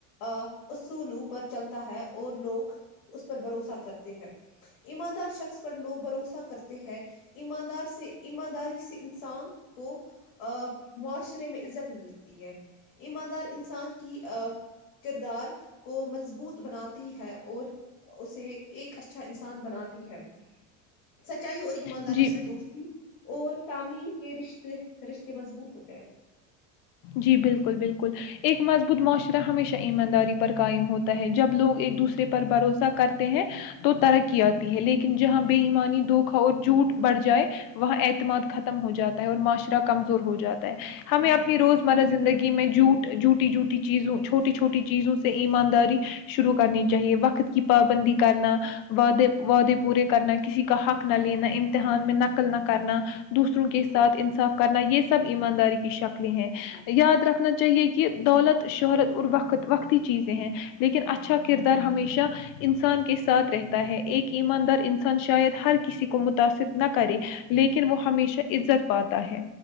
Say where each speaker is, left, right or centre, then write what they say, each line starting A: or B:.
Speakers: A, on the left; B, on the left.
A: اصولوں پر چلتا ہے اور لوگ اس پر بھروسہ کرتے ہیں ایماندار شخص پر لوگ بھروسہ کرتے ہیں ایماندار سے ایمانداری سے انسان کو معاشر <unintelligible> میں عزت ملتی ہے ایماندار انسان کی ا کردار کو مضبوط بناتی ہے اور اسے ایک اچھا انسان بناتی ہے سچ <unintelligible> اچائی اور ایمانداری
B: جی
A: سے دوستی اور <unintelligible> فیملی کے رشتے رشتے مضبوط ہوتے ہیں
B: جی بالکل بالکل ایک مضبوط معاشرہ ہمیشہ ایمانداری پر قائم ہوتا ہے جب لوگ
A: جی
B: ایک
A: بالکل
B: دوسرے پر بھروسہ کرتے ہیں تو ترقیات ہے لیکن جہاں بے ایمانی دھوکھا اور جھوٹ بڑھ جائے وہاں اعتماد ختم ہو جاتا ہے اور معاشرہ کمزور ہو جاتا ہمیں
A: جی
B: اپ
A: جی
B: روزمرہ زندگی میں جھٹ جھوٹی جوٹی چیزوں چھوٹی چھوٹی چیزوں سے ایمانداری شروع کرنی چاہیے وقت کی پابندی کرنا وعدے وعدے پورے کرنا کسی کا حق نہ لینا امتحان میں نقل نہ کرنا دوسروں کے
A: بالکل
B: ساتھ انصاف کرنا یہ سب ایمانداری کی شکل لی ہیں
A: بالکل
B: یاد رکھنا چاہ چاہیے کہ دولت شہرت اور وقت وقتی چیزیں ہیں لیکن اچھا کردار ہمیشہ انسان کے ساتھ رہتا ہے ایک ایماندار انسان شاید ہر کسی کو متاثر نہ کرے لیکن وہ ہمیشہ عزت پاتا ہے